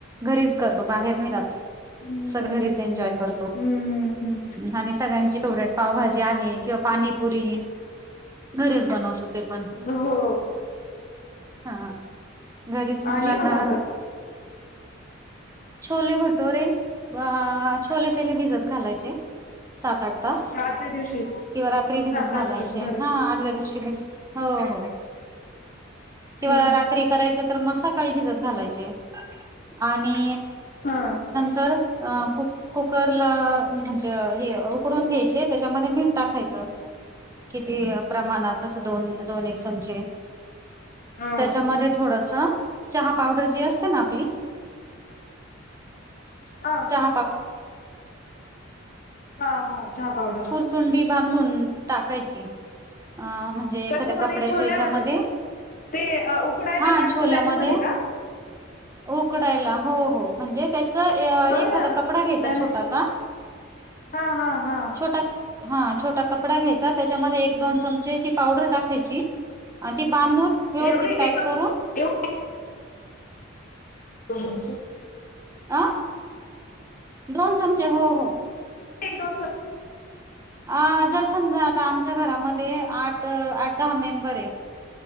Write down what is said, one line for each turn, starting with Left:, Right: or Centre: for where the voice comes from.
Right: घरीच करतो बाहेर नाही जात
Left: हम्म.
Right: सगळे घरीच एन्जॉय करतो
Left: हम्म हम्म हम्म
Right: आणि सगळ्यांची फेवरेट पावभाजी आहे किंवा पाणी पुरी घरीच बनवतो ते पण
Left: हो हो
Right: हा घरीच
Left: आणि
Right: मुलांना
Left: बनवतात.
Right: छोले भटोरे व छोले पहिले भिजत घालायचे सात आठ तास
Left: पाचल्या दिवशी
Right: किंवा रात्री भिजत
Left: सात
Right: घालायचे
Left: आठ तास भर
Right: हा आदल्या दिवशी भिज हो हो किंवा
Left: हम्म.
Right: रात्री करा मग सकाळी भित घालाय आणि
Left: हा
Right: तर क कुला म्हणजे उकडून घ्यायचे त्याच्यामध्ये मीठ टा खायचं किती प्रमाणात अस दोन दोन एक चमचे
Left: हा
Right: त्याच्यामध्ये थोडस चहा पावडर जी असते ना आपली
Left: हा
Right: <unintelligible>
Left: हा हा चहा पावडर
Right: सुंडी बांधून टाकायची अ म्हणजे एखाद्या
Left: कशामध्ये
Right: कपड्याच्या
Left: छोल्यामध्ये
Right: याच्यामध्ये
Left: ते उकडायला
Right: हा
Left: टाकतो
Right: छोल्यामध्ये
Left: त्याच्यामध्ये का
Right: उकडायला हो हो म्हणजे त्याच
Left: बरं
Right: एखादा कपडा घ्यायचा
Left: त्याने
Right: छोटासा
Left: हा हा हा
Right: छोटा हा छोटा कपडा घ्यायचा त्याच्यामध्ये एक दोन चमचे ती पावडर टाकायची आणि तेी बांधून व्यवस्थित
Left: एवढी
Right: पॅक
Left: एक दोन
Right: करून
Left: कोस
Right: अ दोन चमचे हो हो
Left: एकदमर
Right: अ जर समजा आता आमच्या घरामध्ये आठ आठ दहा मेंबर